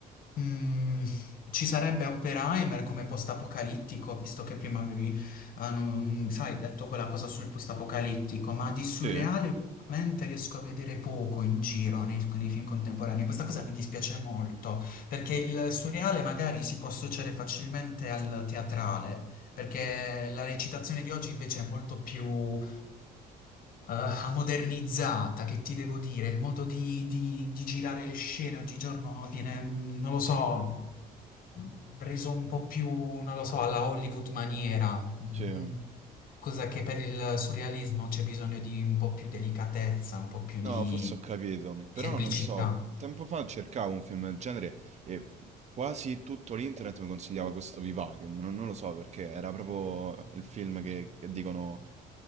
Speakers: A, on the left; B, on the right.
A: Mm, ci sarebbe Oppenheimer come post-apocalittico, visto che prima avevi, ah, non- sai, detto quella cosa sul post-apocalittico, ma di surreale
B: Sì,
A: ultimamente riesco a vedere poco in giro nei, nei film contemporanei. Questa cosa mi dispiace molto, perché il surreale magari si può associare facilmente al teatrale perché la recitazione di oggi invece è molto più eh, modernizzata, che ti devo dire, il modo di, di- di girare le scene oggigiorno viene, mm, non lo so, mm, reso un po' più, non lo so, alla Hollywood maniera,
B: sì.
A: mm, cosa che per il surrealismo c'è bisogno di un po' più delicatezza, un po' più
B: No,
A: di
B: forse ho capito,
A: Sì.
B: però
A: semplicità.
B: non so, tempo fa cercavo un film del genere e quasi tutto l'internet mi consigliava questo Vivarium, non, non lo so perché era proprio il film che, che dicono